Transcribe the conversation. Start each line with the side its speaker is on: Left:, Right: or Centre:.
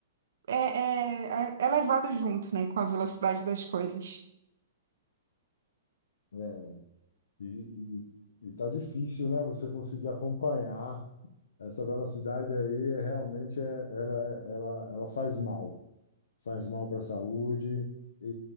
Right: é, é, é é levado junto, né? Com a velocidade das coisas.
Left: é, e, e, e tá difícil, né? Você conseguir acompanhar essa velocidade aí, é, realmente é, ela, é, ela, ela faz mal. faz mal para a saúde e,